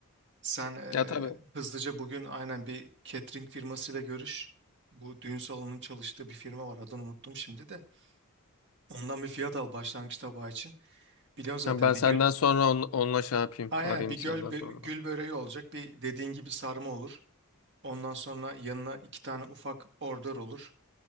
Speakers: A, on the right; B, on the left.
A: Sen e,
B: Ya tabii.
A: hızlıca bugün aynen bir catering firmasıyla görüş. Bu düğün salonunun çalıştığı bir firma var. Adını unuttum şimdi de. Ondan bir fiyat al başlangıç tabağı için. Biliyorsun zaten
B: Ya ben senden
A: bir gül
B: sonra on, onunla şey yapayım.
A: aynen
B: Arayayım
A: bir
B: senden
A: göl bö-
B: sonra.
A: gül böreği olacak. Bir dediğin gibi sarma olur. Ondan sonra yanına iki tane ufak ordör olur.